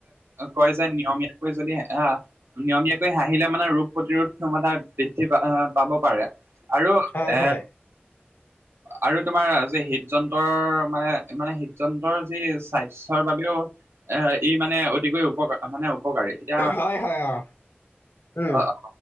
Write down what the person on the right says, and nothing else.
কয় যে, নিয়মীয়াকৈ যদি, হা নিয়মীয়াকৈ হাঁহিলে মানে, ৰোগ-প্ৰতিৰোধ ক্ষমতা বৃদ্ধি পা, পাব পাৰে। আৰু
এ,
আৰু তোমাৰ যে, হৃদযন্ত্ৰৰ মানে, মানে, হৃদযন্ত্ৰৰ যি, স্বাস্থ্যৰ বাবেও, এ, ই মানে, অতিকৈ উপকাৰ মানে, উপকাৰী। এতিয়া,
অ'!